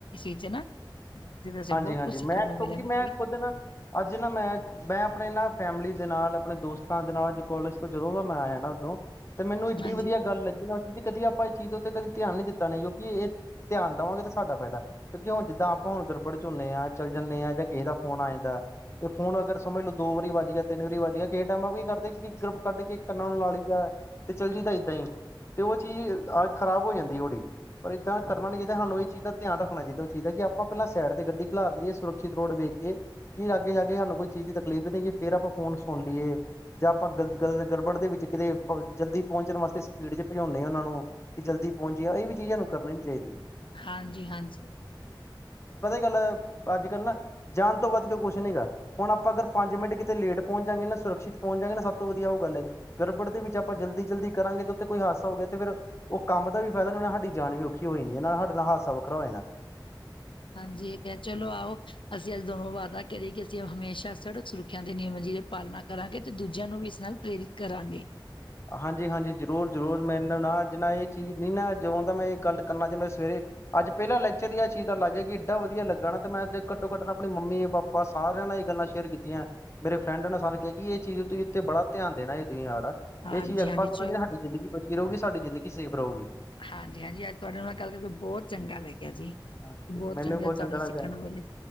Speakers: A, on the left; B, on the left.
A: ਚ ਨਾ ਵੈਸੇ
B: ਹਾਂਜੀ-ਹਾਂਜੀ
A: ਬਹੁਤ ਕੁੱਝ ਸਿੱਖਣ
B: ਮੈਂ
A: ਨੂੰ
B: ਕਿਉਂਕਿ
A: ਮਿਲਿਆ ਮੈਨੂੰ
B: ਮੈਂ
A: ਵੀ
B: ਖੁੱਦ ਨਾ ਅੱਜ ਨਾ ਮੈਂ ਮੈਂ ਆਪਣੇ ਨਾ ਫੈਮਿਲੀ ਦੇ ਨਾਲ ਆਪਣੇ ਦੋਸਤਾਂ ਦੇ ਨਾਲ ਅੱਜ ਕੋਲਜ ਤੋਂ ਜਦੋਂ ਦਾ ਮੈਂ ਆਇਆ ਨਾ ਓਦੋਂ ਤੇ ਮੈਨੂੰ ਇੱਡੀ
A: ਹਾਂਜੀ।
B: ਵਧੀਆ ਗੱਲ ਲੱਗੀ ਨਾ ਕਿ ਨਾ ਕਦੀ ਆਪਾਂ ਏ ਚੀਜ਼ ਤੋਂ ਕਦੀ ਧਿਆਨ ਨੀ ਦਿੱਤਾ ਨੇ ਕਿਉਂਕਿ ਏ ਧਿਆਨ ਦੇਵਾਂਗੇ ਤਾਂ ਸਾਡਾ ਫੈਦਾ ਕਿਉਂਕਿ ਹੁਣ ਜਿੱਦਾਂ ਆਪਾਂ ਹੁਣ ਗੜਬੜ ਚ ਹੁੰਨੇ ਆ ਚੱਲ ਜਨੇ ਆ ਜਾਂ ਕਿਸੇ ਦਾ ਫੋਨ ਆ ਜਾਂਦਾ ਤੇ ਫੋਨ ਅਗਰ ਸਮਝ ਲੋ ਦੋ ਵਾਰੀ ਵੱਜ ਗਿਆ ਤਿੰਨ ਵਾਰੀ ਵੱਜ ਗਿਆ ਕਿਸੇ ਟਾਈਮ ਆਪ ਕੀ ਦੇ ਕਿ ਗਰੁੱਪ ਕੱਢ ਕੇ ਇੱਕ ਕੰਨਾਂ ਨੂੰ ਲਾ ਲਈਦੈ ਤੇ ਚੱਲਜੀ ਦਾ ਏਦਾਂ ਈ ਤੇ ਓ ਚੀਜ਼ ਆਹ ਖਰਾਬ ਹੋ ਜਾਂਦੀ ਪਰ ਇੱਦਾਂ ਕਰਨਾ ਨੀ ਚਾਈਦਾ ਸਾਨੂੰ ਏ ਚੀਜ਼ ਦਾ ਧਿਆਨ ਰੱਖ ਣਾ ਚਾਈਦਾ ਓ ਚੀਜ ਦਾ ਕਿ ਆਪਾਂ ਅਪਣਾ ਸੈਡ ਤੇ ਗੱਡੀ ਖਿਲਾਰ ਲਈਏ ਸੁਰਖਸ਼ਿਤ ਰੋਡ ਵੇਖ ਕੇ ਕੀ ਆਗੇ ਜਾ ਕੇ ਸਾਨੂੰ ਕੋਈ ਚੀਜ਼ ਦੀ ਤਕ <unintelligible> ਫੇਰ ਆਪਾਂ ਫੋਨ ਸੁਣ ਲੀਏ ਜਾਂ ਆਪਾਂ ਗ ਗ ਗੜਬੜ ਦੇ ਵਿੱਚ ਕਿਤੇ ਜਲਦੀ ਪਹੁੰਚਣ ਵਾਸਤੇ ਤੇ ਸਪੀਡ ਚ ਪਜੋਨੇ ਆ ਉਨਾਂ ਨੂੰ ਕਿ ਜਲਦੀ ਪਹੁੰਚ ਜੀਏ ਵੀ ਚੀਜ਼ ਨੂੰ ਕਰਨੀ ਨੀ ਚਾਈਦੀ
A: ਹਾਂਜੀ-ਹਾਂਜੀ
B: ਪਤਾ ਗੱਲ ਅੱਜ ਕੱਲ੍ਹ ਨਾ ਜਾਨ ਤੋਂ ਵੱਧ ਕੋ ਕੁੱਛ ਨੀ ਹੈਗਾ ਹੁਣ ਆਪਾਂ ਅਗਰ ਪੰਜ ਮਿੰਟ ਕਿਤੇ ਲੇਟ ਪਹੁੰਚ ਜਾਂਗੇ ਨਾ ਸੁਰਕਸ਼ਿਤ ਪਹੁੰਚ ਜਾਗੇ ਨਾ ਸਭ ਤੋਂ ਵਧੀਆ ਓ ਗੱਲ ਐ ਗੜਬੜ ਦੇ ਵਿੱਚ ਆਪਾਂ ਜਲਦੀ-ਜਲਦੀ ਕਰਾਂਗੇ ਤਾਂ ਉਥੇ ਕੋਈ ਹਾਦਸ ਹੋ ਤੇ ਫੇਰ, ਓ ਕੰਮ ਦਾ ਵੀ ਫਾਇਦਾ ਨੀ ਹੋਣਾ ਹਾਡੀ ਜਾਨ ਵੀ ਔਖੀ ਹੋ, ਜਾਣੀ। ਹਾਡੇ ਨਾਲ ਹਾਦਸਾ ਵੱਖਰਾ ਹੋ ਜਾਣਾ।
A: ਹਾਂਜੀ, ਏ ਕੈ ਚਲੋ ਆਓ, ਅਸੀਂ ਅੱਜ ਦੋਨੋ ਵਾਅਦਾ ਕਰੀਏ ਕਿ, ਅਸੀਂ ਹਮੇਸ਼ਾ ਸੜਕ ਸੁਰੱਖਿਆ ਦੇ ਨਿਯਮ <unintelligible> ਪਾਲਣਾ ਕਰਾਂਗੇ, ਤੇ ਦੂਜਿਆਂ ਨੂੰ ਵੀ, ਇਸ ਨਾਲ ਪ੍ਰੇਰਿਤ ਕਰਾਂਗੇ।
B: ਹਾਂਜੀ-ਹਾਂਜੀ, ਜ਼ਰੂਰ-ਜ਼ਰੂਰ, ਮੈਨੂੰ ਨਾ, ਅੱਜ ਨਾ, ਏ ਚੀਜ਼ ਨੀ, ਨਾ। ਜਦੋਂ ਦਾ ਮੈਂ, ਏ ਗੱਲ, ਕਰਨਾ ਚ ਮ ਸਵੇਰੇ ਅੱਜ ਪੇਲਾਂ ਲੈਕਚਰ ਈ, ਆ ਚੀਜ਼ ਦਾ ਲੱਗ ਗਿਆ। ਕਿ ਇਡਾ ਵਧੀਆ ਲੱਗਾ ਨਾ। ਤੇ ਮੈਂ ਘੱਟੋ- ਘੱਟ, ਨੲ ਆਪਣੀ ਮੰਮੀ, ਪਾਪਾ ਸਾਰਿਆਂ ਨਾਲ ਈ ਗੱਲਾਂ ਸ਼ੇਅਰ ਕੀਤੀਆਂ। ਮੇਰੇ ਫਰੈਂਡ ਨੇ, ਸਾਰੇ ਕਿਆ ਕਿ, ਏ ਚੀਜ਼ ਤੁਸੀਂ ਉੱਤੇ ਬੜਾ ਧਿਆਨ ਦੇਣਾ, ਏ ਤੁਸੀਂ ਆੜਾ
A: ਹਾਂਜੀ-ਹਾਂਜੀ
B: ਏ ਚੀਜ਼ ਆਪਾਂ ਕਰਾਂਗੇ,
A: ਚਲੋ
B: ਸਾਡੀ ਜ਼ਿੰਦਗੀ ਬਚੀ ਰਉਗੀ, ਸਾਡੀ ਜ਼ਿੰਦਗੀ ਸੇਫ ਰਹੂਗੀ।
A: ਹਾਂਜੀ-ਹਾਂਜੀ, ਅੱਜ ਤੁਹਾਡੇ ਨਾਲ, ਗੱਲ ਕਰਕੇ, ਬੋਤ ਚੰਗਾ ਲੱਗਿਆ ਜੀ।
B: ਹਾਂਜੀ-ਹਾਂਜੀ,
A: ਬੋਤ
B: ਮੈਨੂੰ
A: ਚੰਗੇ,
B: ਵੀ ਬਹੁਤ
A: ਤੁਹਾਨੂੰ
B: ਚੰਗਾ
A: ਸਿੱਖਣ
B: ਲੱਗਿਆ
A: ਨੂੰ ਮਿਲੇ।